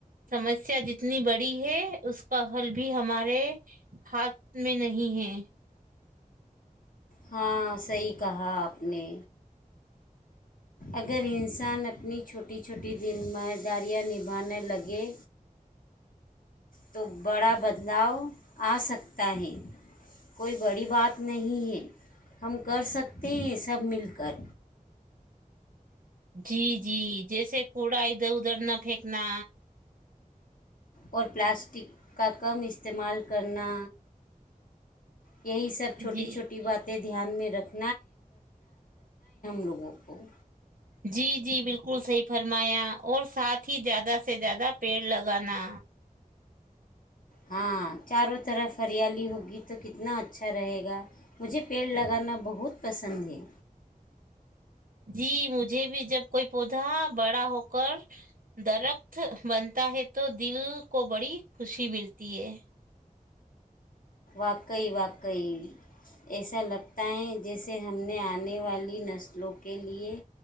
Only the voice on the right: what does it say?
سمسیا جتنی بڑی ہے اس کا حل بھی ہمارے ہاتھ میں نہیں ہے
جی جی جیسے کوڑا ادھر ادھر نہ پھینکنا
جی
جی جی بالکل صحیح فرمایا اور ساتھ ہی زیادہ سے زیادہ پیڑ لگانا
جی مجھے بھی جب کوئی پودا بڑا ہوک درخت بنتا ہے تو دل کو بڑی خوشی ملتی ہے